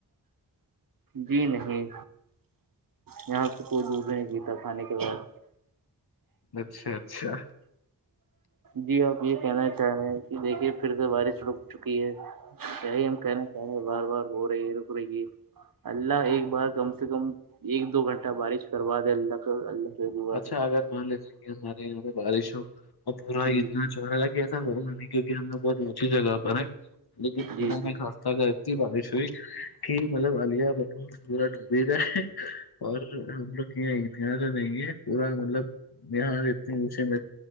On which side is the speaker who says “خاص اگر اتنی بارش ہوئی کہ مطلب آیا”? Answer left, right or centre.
Left